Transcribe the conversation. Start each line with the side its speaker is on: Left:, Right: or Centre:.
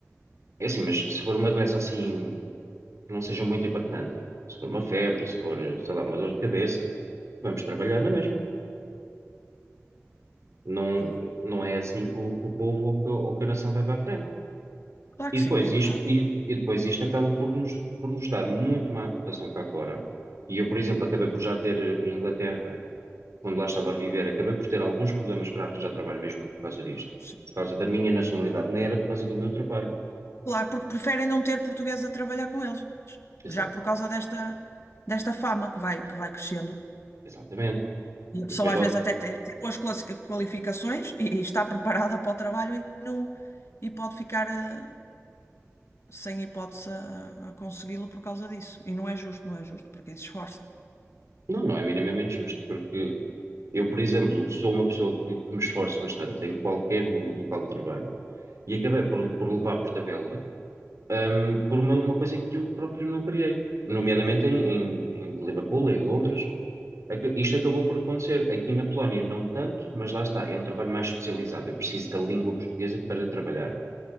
Right: É assim, mas se for uma doença assim, que não seja muito impactante, se for uma febre, se for, sei lá, uma dor de cabeça, vamos trabalhar na mesma. Não,
Left: Claro.
Right: não é assim que o, que o povo ou que, ou que a nação vai para a frente.
Left: Claro
Right: E
Left: que
Right: depois
Left: sim, é
Right: isto,
Left: verdade.
Right: e, e depois isto acaba por nos, por nos dar muito má cotação cá fora. E eu, por exemplo, acabei por já ter eh, em Inglaterra, quando lá estava a viver, acabei por ter alguns problemas para arranjar trabalho mesmo por causa disto.
Left: Sim.
Right: Por causa da minha nacionalidade, nem era por causa do meu trabalho.
Left: Claro, porque preferem não ter português a trabalhar com eles.
Right: Exato,
Left: já por causa desta, desta fama que vai, que vai crescendo.
Right: exatamente.
Left: E a
Right: E
Left: pessoa
Right: depois lá,
Left: às vezes até tem tem boas clas- qualificações e, e está preparada para o trabalho e, não, e pode ficar eh, sem hipótese a, a consegui-lo por causa disso. E não é justo, não é justo para quem se esforça.
Right: não, não é minimamente justo, porque eu, por exemplo, sou uma pessoa que, que me esforço bastante em qualquer local de trabalho e acabei por, por levar por tabela um, por uma, uma coisa que eu próprio não criei, nomeadamente em,
Left: Cla-
Right: em, em Liverpool, em Londres. Ac- Isto acabou por acontecer. Aqui na Polónia, não tanto, mas lá está, é um trabalho mais especializado. Eu preciso da língua portuguesa para trabalhar.